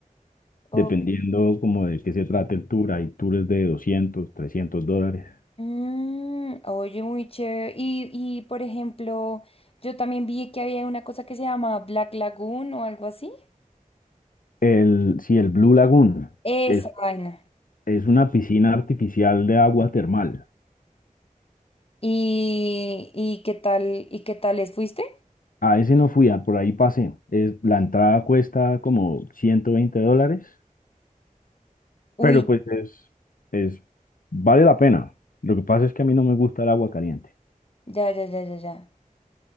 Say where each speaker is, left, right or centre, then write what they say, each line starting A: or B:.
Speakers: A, on the left; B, on the left.
A: O-
B: dependiendo como de qué se trate el tour. Hay tours de 200 300 dólares.
A: Mm, oye, muy chévere. Y, y, por ejemplo, yo también vi que había una cosa que se llama Black Lagoon o algo así.
B: El, si el Blue Lagoon,
A: Esa
B: que es
A: vaina.
B: Es una piscina artificial de agua termal.
A: ¿Y, y qué tal? ¿Y qué tal les fuiste?
B: A ese no fui, a por ahí pasé. Es, la entrada cuesta como 120 dólares,
A: Uy,
B: pero pues es, es, vale la pena. Lo que pasa es que a mí no me gusta el agua caliente.
A: ya, ya, ya, ya, ya.